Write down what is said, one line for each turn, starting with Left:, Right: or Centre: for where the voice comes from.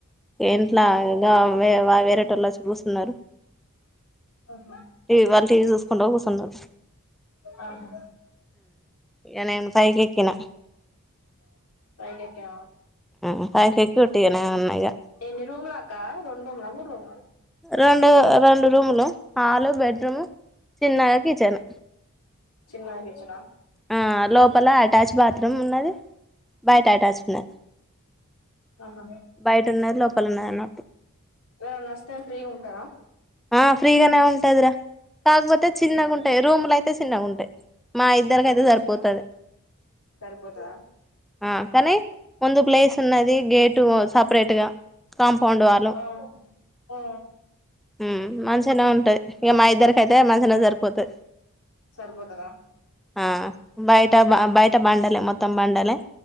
Centre: ఇంట్లా
Left: ఆ.
Centre: ఇగ వే వా వేరేటోల్లోచి కూసున్నరు
Left: ఆహా.
Centre: టీవీ వాళ్ళు టీవీ చూసుకుంట కూసున్నారు
Left: ఆహా
Centre: ఇక నేను పైకి ఎక్కినా
Left: పైకి ఎక్కావా
Centre: ఉ పైకెక్కి ఉట్టిగనే ఉన్నా ఇగ
Left: ఎన్ని రూమ్లక్కా రెండ్రుముల మూడ్రూమ్లా
Centre: రెండు రెండు రూములు హాలు బెడ్రూము చిన్నగా కిచెన్
Left: చిన్నగిచనా
Centre: ఆ లోపల అటాచ్ బాత్ రుమ్ ఉన్నది బయట అటాచ్ ఉన్నది
Left: ఆహా
Centre: బయట ఉన్నది లోపల ఉన్నది అన్న
Left: ఓరనస్తే ఫ్రీగుంటరా
Centre: ఆ ఫ్రీగానే ఉంటదిరా కాకపోతే
Left: ఫ్రీగానే
Centre: చిన్నగుంటాయి
Left: ఉంటాం
Centre: రూమ్లు అయితే చిన్నగా ఉంటాయి మా ఇద్దరికయితే
Left: రూమ్లు
Centre: సరిపోతది
Left: చిన్న సరిపోతదా
Centre: ఆ కానీ ఒందు ప్లేస్ కున్నది గేటు సపరేట్ గా కాంపౌండ్ వాలు
Left: ఆ ఆ
Centre: ఊ మంచిగనే ఉంటాయి ఇక మా ఇద్దరిక అయితే మంచలా సరిపోతుది
Left: సరిపోతదా
Centre: ఆ బయట బ బయట బండలే మొత్తం తమ్ బండలే